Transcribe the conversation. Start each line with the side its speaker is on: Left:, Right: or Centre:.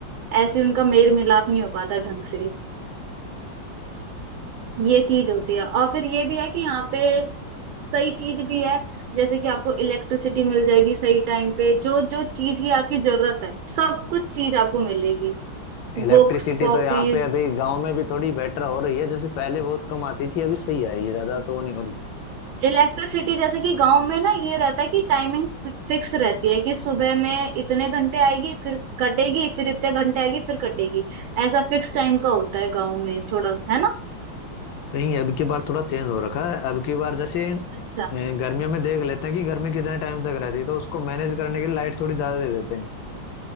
Right: ऐसे उनका मेल मिलाप नहीं हो पाता ढंग से ये चीज होती है और फिर ये भी है कि यहाँ पे सही चीज भी है जैसे कि आपको इलेक्ट्रिसिटी मिल जाएगी सही टाइम पे जो जो चीज की आपकी जरूरत है सब कुछ चीज आपको मिलेगी
Left: इलेक्ट्रिसिटी
Right: Books copies
Left: तो यहाँ पे अभी गांव में भी थोड़ी बेटर हो रही है जैसे पहले बहुत कम आती थी अभी सही आ रही है ज्यादा तो वो नहीं हो रही
Right: electricity जैसे कि गांव में ना ये रहता है कि टाइमिंग फिक्स रहती है कि सुबह में इतने घंटे आएगी फिर कटेगी फिर इतने घंटे आएगी फिर कटेगी ऐसा फिक्स टाइम का होता है गांव में थोड़ा है ना
Left: नहीं अब की बार थोड़ा चेंज हो रखा है अब की बार जैसे अ,
Right: अच्छा
Left: गर्मियों में देख लेते हैं कि गर्मी कितने टाइम तक रहती है तो उसको मैनेज करने के लिए लाइट थोड़ी ज्यादा दे देते हैं